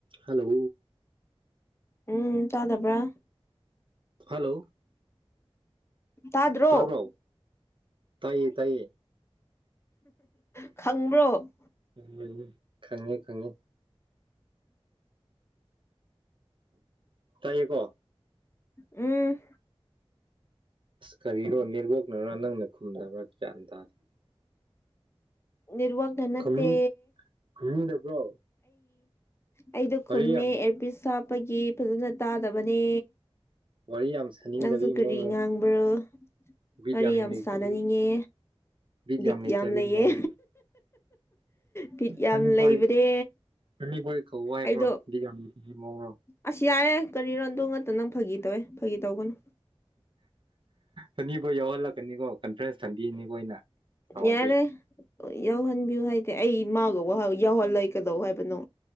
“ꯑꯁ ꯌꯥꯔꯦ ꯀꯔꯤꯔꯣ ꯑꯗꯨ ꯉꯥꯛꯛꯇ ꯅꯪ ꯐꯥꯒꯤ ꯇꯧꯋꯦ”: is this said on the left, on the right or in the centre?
Left